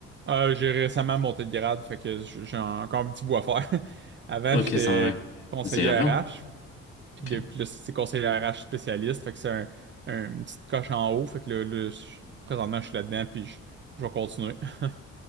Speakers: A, on the right (about 40°); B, on the left (about 45°).
A: Euh, j'ai récemment monté de grade, fait que j- j'ai encore un petit bout à faire. <laughs> Avant,
B: Ok,
A: j'étais
B: ça, ouais.
A: conseiller
B: C'est déjà bien.
A: RH, Puis
B: Ok,
A: le- puis là, c'est c'est conseiller RH spécialiste. Fait que c'est un, un- une petite coche en haut. Fait que là, là, je- présentement, je suis là-dedans, puis je, je vais continuer. <laughs>